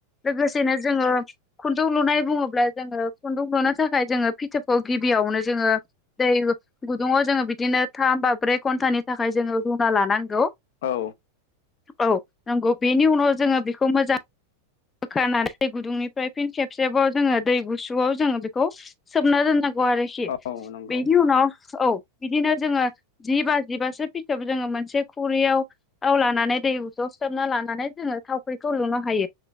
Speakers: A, on the left; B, on the left.
A: लोगोसेनो जोङो खुन्दुं लुनाय बुङोब्ला जोङो खुन्दुं लुनो थाखाय जोङो फिथोबखौ गिबियावनो जोङो दै गुदुंङाव जोङो बिदिनो थाम बा ब्रै घन्टानि थाखाय जोङो रुना लानांगौ।
B: औ
A: औ नंगौ। बेनि उनाव जोङो बेखौ मोजां बोखारनानै दै गुदुंनिफ्राय फिन खेबसेबाव जोङो दै गुसुआव जोङो बेखौ सोमना दोननां गौ आरोखि
B: औ नंगौ
A: बेनि उनाव औ। बिदिनो जोङो जि बाजिबासो फिथोब जोङो मोनसे खुरैयाव आव लानानै दै जस फुसाबना लानानै जोङो थावख्रिखौ लुनो हायो।